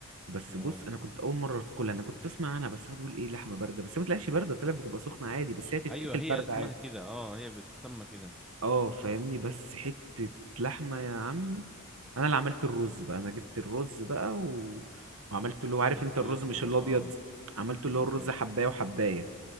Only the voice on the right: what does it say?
بس
بص انا كنت اول مره تاكلها انا كنت اسمع عنها بس هقعد اقول ايه لحمه بارده بس هي ما طلعتش بارده طلعت بتبقى سخنه عادي بس هي تتاكل
بارده
عادي
اه فاهمني بس حتة لحمة يا عم انا اللي عملت الرز بقى انا جبت الرز بقى و... وعملته اللي هو عارف
انت الرز مش
الابيض
عملته اللي
هو الرز
حباية وحباية